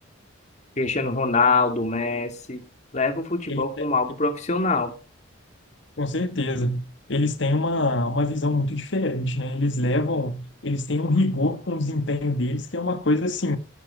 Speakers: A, on the left; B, on the left.
A: Cristiano Ronaldo, Messi, leva o futebol
B: Ele,
A: como algo profissional,
B: Com certeza. Eles têm uma, uma visão muito diferente, né? Eles levam, eles têm um rigor com o desempenho deles, que é uma coisa assim,